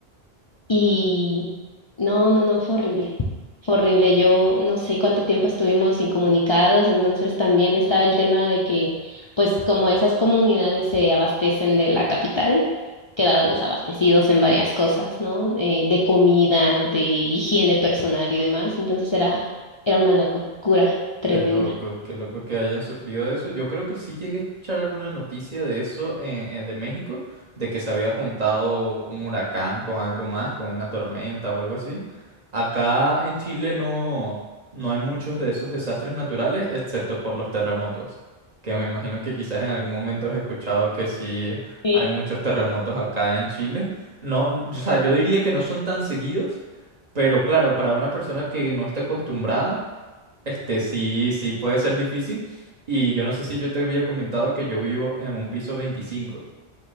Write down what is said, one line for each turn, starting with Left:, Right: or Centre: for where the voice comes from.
Left: y no, no, no, fue horrible. Fue horrible. Yo no sé cuánto tiempo estuvimos incomunicados, entonces también estaba el tema de que, pues como esas comunidades se abastecen de la capital, quedaron desabastecidos en varias cosas, ¿no? Eh, de comida, de higiene personal y demás. Entonces era, era una locura tremenda.
Right: Qué loco, qué loco que hayan sufrido eso. Yo creo que sí llegué a escuchar alguna noticia de eso eh, eh, de México, de que se había juntado un huracán con algo más, con una tormenta o algo así. Acá en Chile no, no hay muchos de esos desastres naturales, excepto por los terremotos, que me imagino que quizás en algún momento has escuchado que sí
Left: Sí.
Right: hay muchos terremotos acá en Chile. No, o sea, yo diría que no son tan seguidos, pero claro, para una persona que no está acostumbrada. Este sí, sí puede ser difícil. Y yo no sé si yo te había comentado que yo vivo en un piso veinticinco